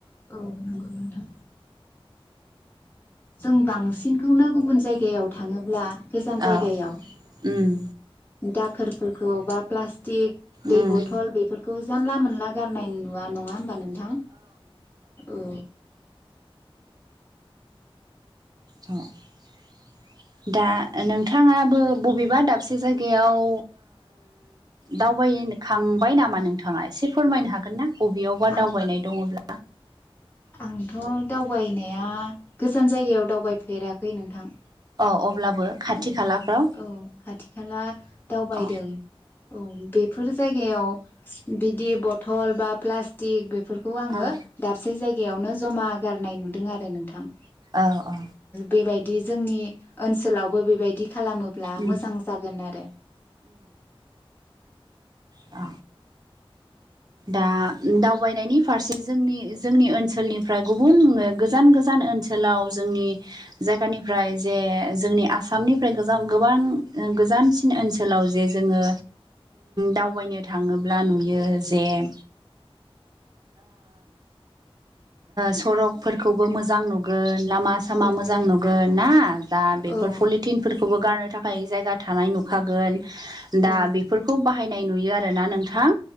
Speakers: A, on the left (about 20°); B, on the right (about 45°).
A: औ नंगौ नोंथां जों बांसिनखौनो गुबुन जायगायाव थाङोब्ला गोजान जायगायाव
B: औ उम
A: दाखोरफोरखौ बा प्लास्टिक दै
B: उम
A: बथल बेफोरखौ खौ जानला मोनला गारनाय नुवा नङा होमबा नोंथां औ
B: द' दा नोंथाङाबो बबेबा दाबसे जायगायाव दावबायखांबाय नामा नोंथाङा एसे फोरमायनो हागोन ना बबेयावबा
A: आं
B: दावबायनाय दङब्ला
A: आंथ' दावबायनाया गोजान जायगायाव दावबायफेराखै नोंथां
B: अ अब्लाबो खाथि
A: औ
B: खालाफ्राव
A: औ खाथि खाला दावबायदों
B: औ
A: औ बेफोर जायगायाव बिदि टल बा प्लास्टिक बेफोरखौ आङो
B: औ
A: दाबसे जायो जायगायावनो जमा गारनाय नुदों आरो नोंथां
B: औ औ
A: बेबायदि जोंनि ओनसोलावबो बेबायदि खालामोब्ला
B: उम
A: मोजां जागोन आरो
B: औ दा दावबायनायनि फारसे जोंनि जोंनि ओनसोलनिफ्राय गुबुन गोजान गोजान ओनसोल ओनखोलाव जोंनि जायगानिफ्राय जे जोंनि आसामनिफ्राय गोबां गोजानसि बिन ओनसोलाव जे जोङो दावबायनो थाङोब्ला नुयो जे सरकफोरखौबो मोजां नुगोन लामा सामा
A: औ
B: मोजां नुगोन ना दा बेफोर
A: औ
B: पलिटिनफोरखौबो गारनो थाखाय जायगा थानाय नुखागोन
A: औ
B: दा बेफोरखौ बाहायनाय नुयो आरोना नोंथां।